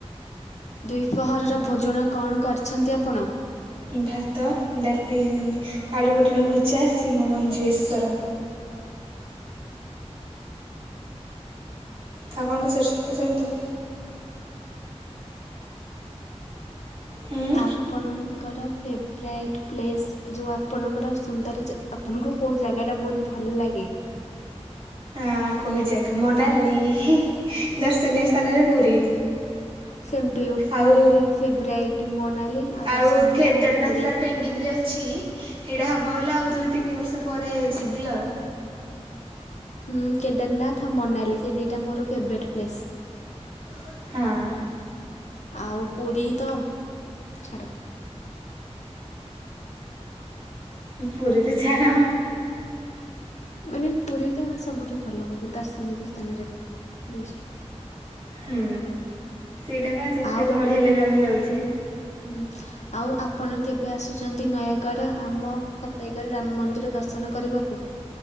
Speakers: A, on the left (about 80°); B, on the right (about 55°).
A: ଦ୍ୱିପହରର ଭୋଜନ କଣ କରିଛନ୍ତି ଆପଣ?
B: ଭାତ ଡାଲି ଉଁ ଆଳୁ ପୋଟଳ ଭଜା ଶିମ ମଞ୍ଜି ବେଶର। ଆଉ କଣ ପଚାରୁଚନ୍ତି ପଚାରନ୍ତୁ। ହୁଁ
A: ଆପଣଙ୍କର ଫେବରାଇଟ୍ ପ୍ଲେସ୍? ଯଉଁ ଆପଣଙ୍କର ସୁନ୍ଦର ଆପଣଙ୍କୁ କୋଉଁ ଜାଗା ଟା ବହୁତ ଭଲ ଲାଗେ?
B: ହ କହୁଛି ଆପଣଙ୍କ ନା ଲିଲି ଦର୍ଶନୀୟ ସ୍ଥାନରେ ପୁରୀ।
A: ସେମତି
B: ଆଉ
A: ମୋର ବି ଫେବୃଆର ମୋନାଲି।
B: ଆଉ
A: ଦର୍ଶନୀୟ
B: କେଦାରନାଥ
A: ସ୍ଥାନରେ ପୁରୀ।
B: ଟା ତ ଉ ୱେଟିଙ୍ଗ ରେ ଅଛି ହେଇଟା ହେବ ବୋଲେ ଆଉ ଦୁଇ ତିନି ବର୍ଷ ପରେ ଯିବି ଆଉ।
A: ହୁଁ କେଦାରନାଥ ମନାଲି ସେ ଦିଟା ମୋର ଫେବରେଟ୍ ପ୍ଲେସ।
B: ହଁ।
A: ଆଉ ପୁରୀ ତ ଛାଡ଼।
B: ପୁରୀ ରେ ଛାଡ଼।
A: ମାନେ ପୁରୀଟା ସବୁଠୁ ଭଲ ମ ଦାର୍ଶନିକ ସ୍ଥାନରେ ବି
B: ହୁଁ ସେଇଟା ବା ଯେତେ
A: ଆଉ
B: ଗହଳି ହେଲେ ବି ଆମେ ଯାଉଚେ।
A: ହୁଁ। ଆଉ ଆପଣ କେବେ ଆସୁଛନ୍ତି ନୟାଗଡ଼ ଆମ ଫତେଗଡ଼ ରାମ ମନ୍ଦିର ଦର୍ଶନ କରିବାକୁ?